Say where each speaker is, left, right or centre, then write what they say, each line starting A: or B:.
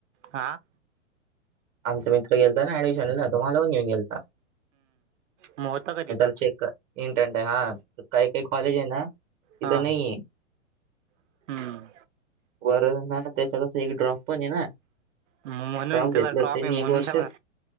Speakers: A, on the right; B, on the right.
A: हां.
B: आमचा मित्र गेलता ना ऍडमिशनला तो मला पण घेऊन गेलता.
A: म होतं का?
B: त
A: तिथं
B: त्याला चेक कर इंटंट हाय हां, काही काही कॉलेज हाय ना तिथं
A: हा
B: नाहीये.
A: हम्म
B: वरद हे ना त्याचा कसं एक ड्रॉप पण हाय ना.
A: म्हणून
B: ड्रॉप
A: त्याचा
B: घेतलं
A: ट्रॉप
B: त्यांनी
A: आहे म्हणून
B: एक वर्ष
A: त्याला